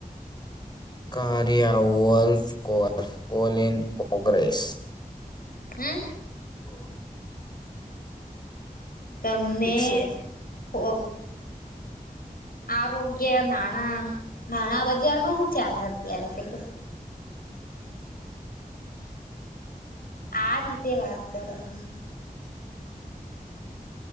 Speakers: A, on the left (about 30°); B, on the left (about 75°).
A: કારિયા વલ્ફ કો કોલીિન પ્રોગ્રેસ
B: હમમ
A: ઓ <inaudible>
B: તમને
A: પિક્સેલ
B: <inaudible> આરોગ્ય, નાણા નાણા બજારમાં હું ચાલે અત્યારે તે કે? આ રીતે વાત કરે ત